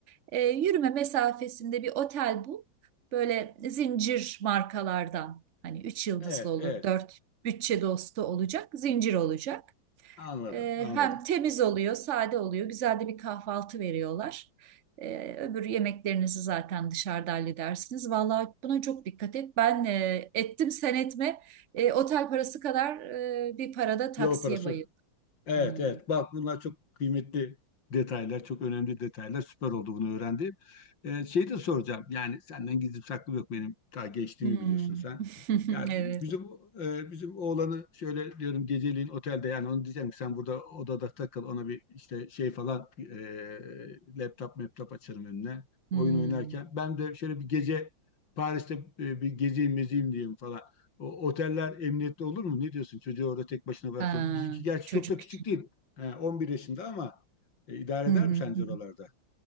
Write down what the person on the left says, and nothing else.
Evet,
evet.
Anladım,
anladım.
Yol parası.
Evet
evet bak bunlar çok kıymetli detaylar çok önemli detaylar süper oldu bunu öğrendiğim. Ee, şey de soracağım yani senden gizli saklı yok benim daha gençliğimi
biliyorsun sen. Yani
bizim e, bizim oğlanı şöyle diyorum geceliğin otelde yani onu diyeceğim ki sen burada odada takıl ona bir işte şey falan e, laptop laptop açarım önüne
oyun oynarken ben de şöyle bir gece Paris'te e, bir gezeyim mezeyim diyeyim falan. O, oteller emniyette olur mu? Ne diyorsun? Çocuğu orada tek başına bıraktım.
Bizimki gerçi
çok da küçük
değil. He, 11 yaşında ama e, idare
eder
mi
sence
oralarda?